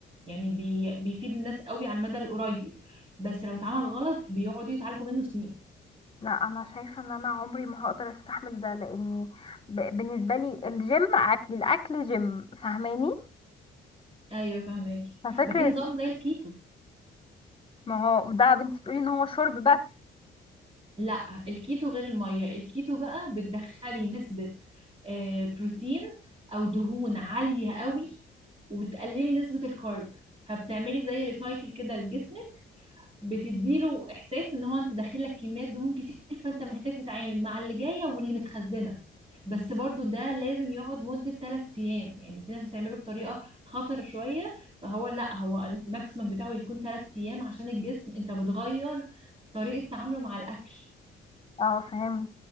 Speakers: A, on the right; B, on the left.
A: يعني بي... بيفيد الناس قوي على المدى القريب بس لو اتعمل غلط بيقعدوا يتعالجوا منه سنين
B: لا انا شايفه ان انا عمري ما هقدر استحمل ده لاني ب... بالنسبه لي الجيم اكل الاكل جيم فاهماني
A: ايوه فهماكي
B: ففكره
A: ما في نظام زي الكيتو
B: ما هو ده يا بنتي تقولي ان هو شرب بس
A: لا الكيتو غير المية الكيتو بقى بتدخلي نسبة آه، بروتين او دهون عالية قوي وبتقللي نسبة الكارب فبتعملي زي ريسايكل كده لجسمك بتديله احساس ان هو انت داخل لك كميات دهون كتير فانت محتاج تتعامل مع اللي جاية واللي متخزنة بس برضو ده لازم يقعد مدة 3 ايام يعني في ناس بتعمله بطريقة خطر شوية فهو لا هو الماكسيمم بتاعه يكون 3 ايام عشان الجسم انت بتغير طريقة تعامله مع الاكل
B: اه فهمت